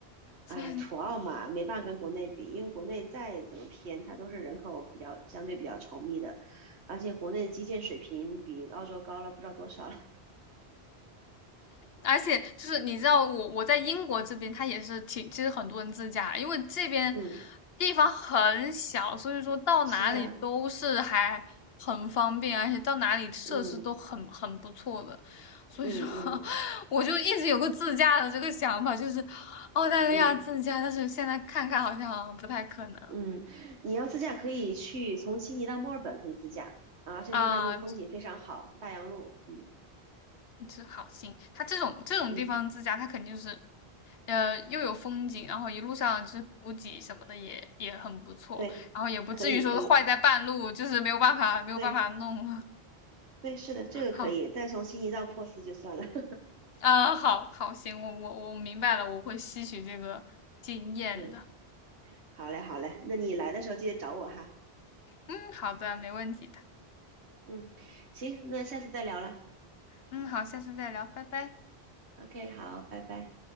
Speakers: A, on the left; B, on the right.
A: <laughs>
B: 哎，土澳嘛，没办法跟国内比，因为国内再怎么偏，它都是人口比较相对比较稠密的，而且国内的基建水平比澳洲高了不知道多少了。
A: 而且就是你知道我我在英国这边，它也是挺，其实很多人自驾，因为这边
B: <laughs> 嗯，
A: 地方很小，所以说到哪里都是还很方便，
B: 是啊。
A: 而且到哪里设施都很很不错的。
B: 嗯
A: 所以说，
B: 嗯嗯
A: <laughs> 我就一直有个自驾的这个想法，就是澳大利亚自驾，
B: 嗯
A: 但是现在看看好像不太可能
B: 嗯，你要自驾可以去从悉尼到墨尔本可以自驾，啊而且那段路风景非常好，
A: 啊。
B: 大洋路，嗯
A: 就是好心，它这种这种地方自驾，
B: 嗯，
A: 它肯定就是，呃，又有风景，然后一路上就是补给什么的也也很不错，
B: 对，
A: 然后也不至于说是坏在半路，
B: 可以可以，
A: 就是没有办法没有办法弄了。
B: 对对，是的，这个可以，
A: <laughs> 好，
B: 再从悉尼到珀斯就算了，<laughs>
A: 呃，好好行，我我我明白了，我会吸取这个经验的。
B: 嗯，好嘞好嘞，那你来的时候记得找我哈，
A: 嗯，好的，没问题的。
B: 嗯，行，那下次再聊了
A: 嗯，好，下次再聊，拜拜。
B: ，OK，好，拜拜。